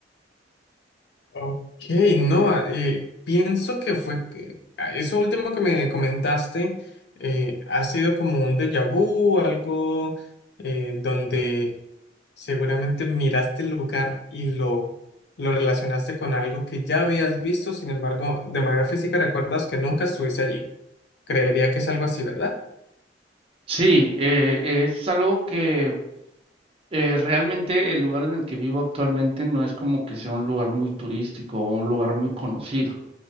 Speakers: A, on the left; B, on the right.
A: Ok, no, ah, eh, pienso que fue que- a- eso último que me comentaste eh, ha sido como un déjà vu, algo eh, donde Seguramente miraste el lugar y lo, lo relacionaste con algo que ya habías visto, sin embargo, de manera física recuerdas que nunca estuviste allí. Creería que es algo así, ¿verdad?
B: Sí, eh, es algo que eh, realmente el lugar en el que vivo actualmente no es como que sea un lugar muy turístico o un lugar muy conocido.